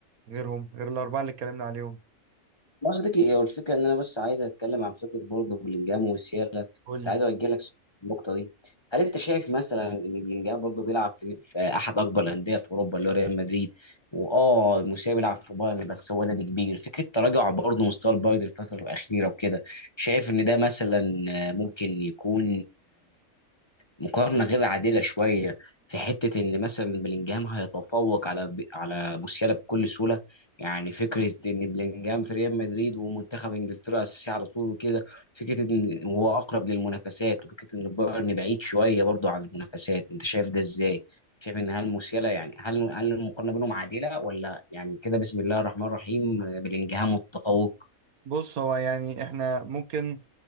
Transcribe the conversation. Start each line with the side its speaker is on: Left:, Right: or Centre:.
Right: غيرهم غير الاربعه اللي اتكلمنا عليهم
Left: ما قصدي هو الفكره ان انا بس عايز اتكلم عن فكره برضه بلينجهام وسيالا
Right: قول
Left: كنت
Right: لي
Left: عايز اوجه لك سؤال في النقطه دي هل انت شايف مثلا ان بلينجهام برضه بيلعب في, في احد اكبر الانديه في اوروبا اللي هو ريال مدريد واه موسيقى بيلعب في بايرن بس هو نادي كبير فكره تراجع برضه مستوى البايرن الفتره الاخيره وكده شايف ان ده مثلا ممكن يكون مقارنه غير عادله شويه في حته ان مثلا بلينجهام هيتفوق على على موسيالا بكل سهوله يعني فكره ان بلينجهام في ريال مدريد ومنتخب انجلترا اساسي على طول وكده فكره ان هو اقرب للمنافسات وفكره ان بايرن بعيد شويه برضه عن المنافسات انت شايف ده ازاي؟ شايف ان هل موسيالا يعني هل هل المقارنه بينهم عادله ولا يعني كده بسم الله الرحمن الرحيم بلينجهام متفوق؟
Right: بص هو يعني احنا ممكن